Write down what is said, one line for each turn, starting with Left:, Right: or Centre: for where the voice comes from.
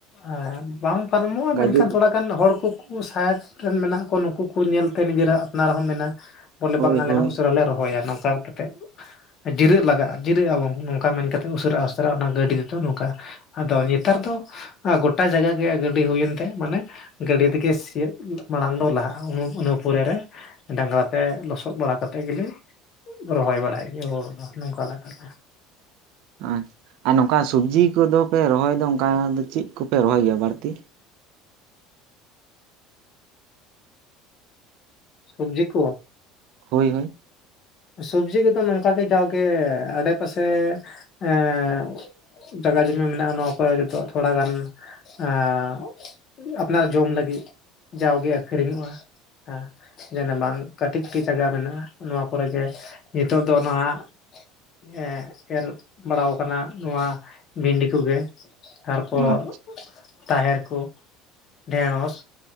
Left: ᱦᱮᱸ ᱵᱟᱝ ᱯᱟᱨᱚᱢᱚᱜᱼᱟ
Right: ᱜᱟᱡᱮ
Left: ᱢᱮᱱᱠᱷᱟᱱ ᱛᱷᱚᱲᱟ ᱜᱟᱱ ᱦᱚᱲ ᱠᱩᱠᱩ ᱥᱟᱭᱰ ᱨᱮᱱ ᱢᱮᱱᱟᱜ ᱠᱚ ᱱᱩᱠᱩ ᱩᱱᱠᱩ ᱠᱚ ᱧᱮᱞᱛᱮ ᱱᱤᱡᱮᱨ ᱟᱜ ᱟᱯᱱᱟᱨ ᱦᱚᱸ ᱢᱮᱱᱟ ᱵᱚᱞᱮ
Right: ᱦᱳᱭ
Left: ᱵᱟᱝ ᱟᱞᱮ
Right: ᱦᱳᱭ
Left: ᱦᱚᱸ
Right: ᱦᱳᱭ
Left: ᱩᱥᱟᱹᱨᱟ ᱞᱮ ᱨᱚᱦᱚᱭᱟ ᱱᱚᱝᱠᱟ ᱠᱟᱛᱮᱜ ᱡᱤᱨᱟᱹᱜ ᱞᱟᱜᱟᱜᱼᱟ ᱡᱤᱨᱟᱹᱜ ᱟᱵᱚᱱ ᱱᱚᱝᱠᱟ ᱢᱮᱱᱛᱮᱫ ᱩᱥᱟᱹᱨᱟ ᱱᱮᱛᱟᱨᱟᱜ ᱚᱱᱟ ᱜᱟᱹᱰᱤ ᱛᱮᱫᱚ ᱱᱚᱝᱠᱟ ᱟᱫᱚ ᱱᱮᱛᱟᱨ ᱫᱚ ᱟ-ᱜᱚᱴᱟ ᱡᱟᱜᱟ ᱜᱮ ᱜᱟᱹᱰᱤ ᱦᱩᱭᱮᱱ ᱛᱮ ᱢᱟᱱᱮ ᱜᱟᱹᱰᱤ ᱛᱮᱜᱮ ᱥᱤᱭᱚᱜ ᱢᱟᱲᱟᱝ ᱫᱚ ᱞᱟᱦᱟᱜᱼᱟ᱾ ᱩᱱᱩ ᱤᱱᱟᱹ ᱯᱚᱨᱮ ᱨᱮ ᱰᱟᱝᱨᱟ ᱛᱮ ᱞᱚᱥᱚᱫ ᱵᱟᱲᱟ ᱠᱟᱛᱮ ᱜᱮᱞᱮ ᱨᱚᱦᱚᱭ ᱵᱟᱲᱟᱭ ᱜᱮ ᱚ ᱱᱚᱝᱠᱟᱱᱟᱜ ᱠᱟᱛᱷᱟ᱾
Right: ᱟᱪᱪᱷᱟ ᱟᱨ ᱱᱚᱝᱠᱟ ᱥᱚᱵᱡᱤ ᱠᱚᱫᱚ ᱯᱮ ᱨᱚᱦᱚᱭ ᱫᱚ ᱚᱝᱠᱟ ᱫᱚ ᱪᱮᱫ ᱠᱚᱯᱮ ᱨᱚᱦᱚᱭ ᱜᱮᱭᱟ ᱵᱟᱹᱲᱛᱤ?
Left: ᱥᱚᱵᱡᱤ ᱠᱚ?
Right: ᱦᱳᱭ ᱦᱳᱭ᱾
Left: ᱥᱚᱵᱽᱡᱤ ᱠᱚᱫᱚ ᱱᱚᱝᱠᱟᱜᱮ ᱡᱟᱣᱜᱮ ᱟᱰᱮᱯᱟᱥᱮ ᱮᱸ ᱡᱟᱭᱜᱟ ᱡᱚᱢᱤ ᱢᱮᱱᱟᱜᱼᱟ ᱱᱚᱣᱟ ᱠᱚᱨᱮ ᱡᱚᱛᱚ ᱟᱜ ᱛᱷᱚᱲᱟᱜᱟᱱ ᱮᱸ ᱟᱯᱱᱟᱨ ᱡᱚᱢ ᱞᱟᱹᱜᱤᱫ, ᱡᱟᱣᱜᱮ ᱟᱹᱷᱨᱤᱧᱚᱜᱼᱟ ᱦᱮᱸ ᱡᱟᱣ ᱜᱮ ᱟᱹᱠᱷᱨᱤᱧᱚᱜ-ᱟ ᱦᱟᱸ ᱡᱮᱱᱮ ᱵᱟᱝ ᱠᱟᱹᱴᱤᱡ ᱜᱤ ᱡᱟᱭᱜᱟ ᱢᱮᱱᱟᱜᱼᱟ ᱱᱚᱣᱟ ᱠᱚ ᱠᱚᱨᱮ ᱜᱮ ᱱᱤᱛᱚᱜ ᱫᱚ ᱚᱱᱟ ᱦᱟᱜ ᱦᱮᱸ ᱮᱨ ᱵᱟᱲᱟᱣ ᱠᱟᱱᱟ ᱱᱚᱣᱟ ᱢᱤᱱᱤ ᱠᱚᱜᱮ᱾ ᱛᱟᱨᱯᱚᱨ
Right: ᱟᱪᱪᱷᱟ
Left: ᱛᱟᱦᱮᱨ ᱠᱩ ᱰᱷᱮᱬᱚᱥ